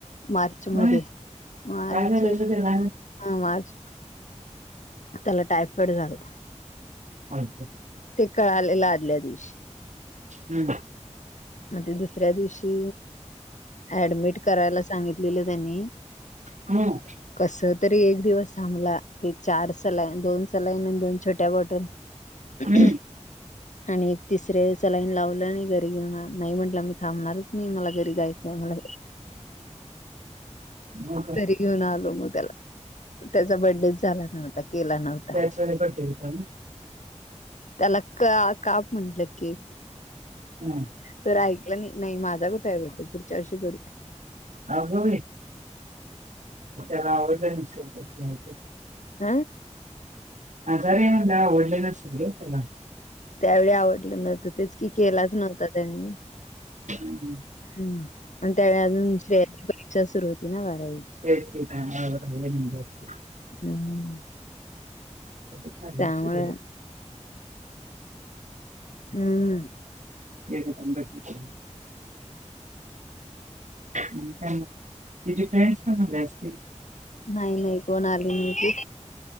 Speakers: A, on the left; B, on the right.
A: मार्च मध्ये,
B: होय
A: मार्च
B: काय झालं
A: हा
B: त्याला
A: मार्च त्याला टायफाईड झालता.
B: अच्छा
A: ते कळालेलं आदल्या दिवशी
B: हम्म
A: आणि ते दुसऱ्या दिवशी ऍडमिट करायला सांगितलेलं त्यांनी-
B: हम
A: कस तरी एक दिवस थांबला, ते चार सलाईन दोन सलाईन आणि दोन छोट्या बॉटल <inaudible>
B: हम्म
A: आणि एक तिसरे सलाईन लावलं आणि घरी घेऊन नाही म्हंटलं मी थांबणारच. नाही मला घरी जायचंय. मला
B: बर <inaudible>
A: घरी घेऊन आलो मग त्याला, त्याचा बर्थडे झाला नव्हता केला नव्हता
B: त्याचवेळी बड्डे होता ना?
A: त्याला का काप म्हटलं केक.
B: हम
A: तर ऐकलं नाही नाही माझा कुठे आहे बर्थडे पुुढच्या वर्षी करूया.
B: अग बाई त्याला आवडलं नसेल ग <unintelligible>
A: हा
B: आजारी हाय म्हंटल्यावर आवडल नसेल ग त्याला.
A: त्यावेळी आवडलं नव्हतं तेच की केलाच नव्हता त्यांनी.
B: हम् <inaudible>
A: हम आणि त्यावेळी अजून श्रेयाची परीक्षा सुरु होती ना बारावी.
B: तेच की त्यामुळं राहुंदे म्हटल
A: हम्म
B: एकटीच
A: त्यामुळे हम्म
B: <unintelligible> <unintelligible> तचे फ्रेंड्स पण झाले असते.
A: नाही नाही कोण आली नाही ती